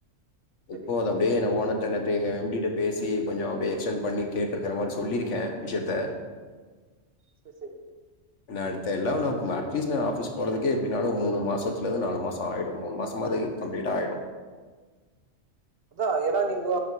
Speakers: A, on the right (about 50°); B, on the left (about 70°).
A: சரி
B: இப்போத அப்டியே எங்க ஓனர்ட்ட நேத்து எங்க எம் டி ட்ட பேசி கொஞ்சோ அப்டியே எக்ஸ்டென்ட் பண்ணி கேட்ருக்குற மாரி சொல்லிருக்கே விஷயத்த
A: செர் செரி
B: எனா அடுத்த எல்லா நா ம் அட்லீஸ்ட் நா ஆஃபீஸ் போறதுக்கே எப்டினாலு மூனு மாசத்துலந்து நாலு மாசோ ஆயிடு மூனு மாசோமாது கம்ப்ளீட் ஆயிடு
A: அதா ஏனா நீங்கோ